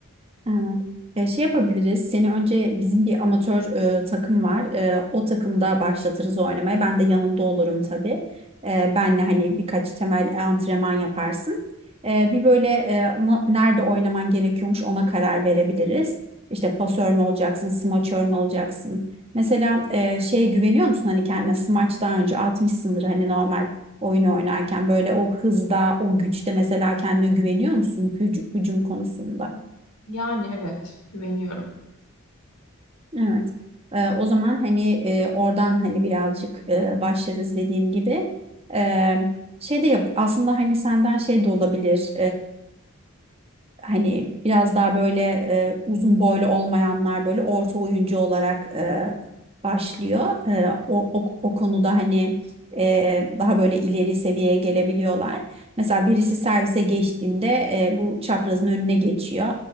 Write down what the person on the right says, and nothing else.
Evet. E, şey yapabiliriz. Seni önce bizim bir amatör e, takım var. E, o takımda başlatırız oynamaya. Ben de yanında olurum tabii. E, benle hani birkaç temel e, antrenman yaparsın. E, bir böyle e, na- nerede oynaman gerekiyormuş ona karar verebiliriz. İşte pasör mü olacaksın, smaçör mü olacaksın? Mesela e, şeye güveniyor musun hani kendine smaç daha önce atmışsındır hani normal oyun oynarken böyle o hızda, o güçte mesela kendine güveniyor musun hüc- hücum konusunda?
Evet. Ee, o zaman hani e, oradan hani birazcık e, başlarız dediğim gibi. Ee, şey de yap aslında hani senden şey de olabilir hani biraz daha böyle e, uzun boylu olmayanlar böyle orta oyuncu olarak e, başlıyor. E, o, o, o konuda hani e, daha böyle ileri seviyeye gelebiliyorlar. Mesela birisi servise geçtiğinde e, bu çaprazın önüne geçiyor.